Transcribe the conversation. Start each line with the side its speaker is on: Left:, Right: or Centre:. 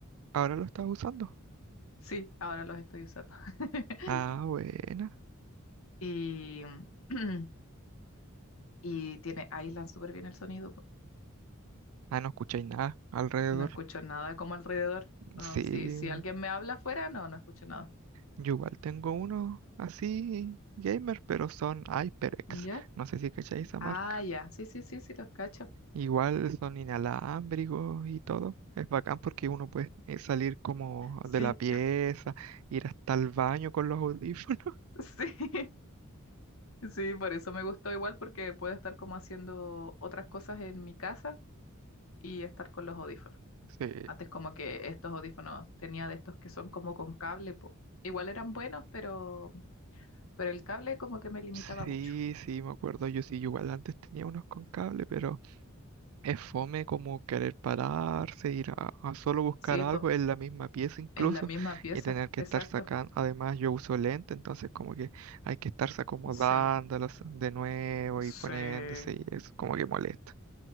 Right: ahora lo estás usando.
Left: sí, ahora los estoy usando. <laughs>
Right: Ah, buena.
Left: Y, <clears throat> y tiene, aíslan súper bien el sonido, po.
Right: Ah, no escucháis nada alrededor.
Left: No escucho nada como alrededor. No,
Right: Sí.
Left: si, si alguien me habla afuera, no, no escucho nada.
Right: Yo igual tengo uno así gamer, pero son HyperX.
Left: ¿Ya?
Right: No sé si cacháis esa marca.
Left: Ah, ya, sí, sí, sí, sí, los cacho.
Right: Igual son inalámbricos y todo. Es bacán porque uno puede eh, salir como
Left: Sí,
Right: de la pieza, ir hasta el baño con los audífonos.
Left: sí, <laughs> sí, por eso me gustó igual, porque puedo estar como haciendo otras cosas en mi casa y estar con los audífonos.
Right: <laughs> Sí,
Left: Antes como que estos audífonos tenía de estos que son como con cable, po. Igual eran buenos, pero, pero el cable como que me limitaba
Right: sí,
Left: mucho.
Right: sí, me acuerdo. Yo sí, igual antes tenía unos con cable, pero Es fome como querer pararse, ir a, a solo buscar
Left: Sí,
Right: algo
Left: pues,
Right: en la misma pieza incluso
Left: en la misma pieza,
Right: y tener que
Left: exacto.
Right: estar sacando. Además, yo uso lente, entonces como que hay que estarse acomodándolos
Left: Sí,
Right: de nuevo
Left: sí,
Right: y poniéndose y es como que molesta.